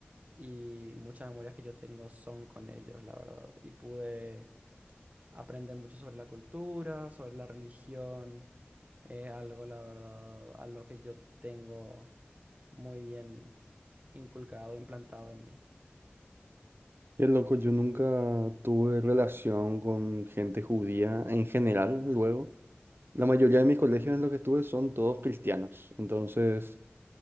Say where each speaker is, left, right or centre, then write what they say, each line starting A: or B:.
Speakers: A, on the right; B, on the right.
A: y muchas memorias que yo tengo son con ellos, la verdad. Y pude aprender mucho sobre la cultura, sobre la religión, eh, algo, la verdad, a lo que yo tengo muy bien inculcado, implantado en mí.
B: Qué loco, yo nunca tuve relación con gente judía en general, luego. La mayoría de mis colegios en los que estuve son todos cristianos, entonces